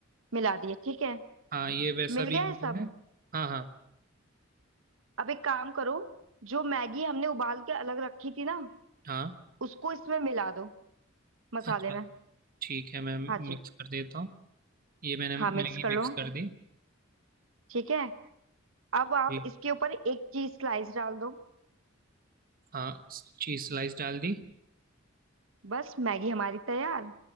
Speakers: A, on the right (about 85°); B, on the right (about 45°).
A: मिला दिए ठीक है
B: हाँ ये वैसा
A: मिल गया
B: भी
A: है
B: हो गया
A: सब
B: है हाँ हाँ
A: अब एक काम करो जो मैगी हमने उबाल के अलग रखी थी ना
B: हाँ
A: उसको इसमें मिला दो मसाले
B: अच्छा
A: में
B: ठीक है मैं
A: हाँ जी
B: मिक्स कर देता हूँ ये मैंने मैगी
A: हाँ मिक्स कर
B: मिक्स
A: लो
B: कर दी
A: ठीक है अब आप
B: जी
A: इसके ऊपर एक चीज स्लाइस डाल दो
B: हाँ चीज स्लाइस डाल दी
A: बस मैगी हमारी तैयार